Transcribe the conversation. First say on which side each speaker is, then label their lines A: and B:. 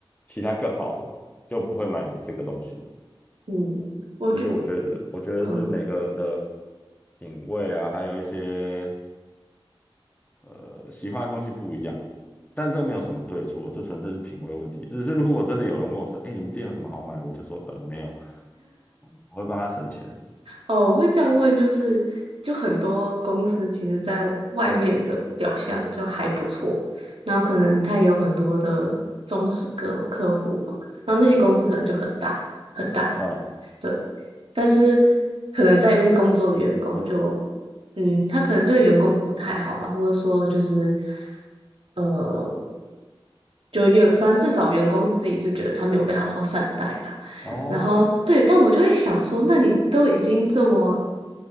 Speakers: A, on the left (about 15°); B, on the right (about 80°).
A: 其他更好的，就不会买你这个东西。
B: 嗯，我觉
A: 就是我觉得，我觉得是每个人的
B: 嗯。
A: 品味啊，还有一些呃喜欢的东西不一样，但这个没有什么对错，这纯粹是品味问题。只是如果真的有人问我说：“哎，你们店有什么好买的？”我就说：“呃，没有。”我会帮他省钱。
B: 哦，我会这样问，就是就很多公司其实在外面的表象就还不错，然后可能他也有很多的忠实客客户嘛，然后那些公司可能就很大很大，
A: 嗯，
B: 对，但是可能在里面工作的员工就，嗯，他可能对员工不太好吧，或者说就是。呃。就员，反正至少员工是自己是觉得他没有被好好善待啦。
A: 哦
B: 然后对，但我就会想说，那你都已经这么，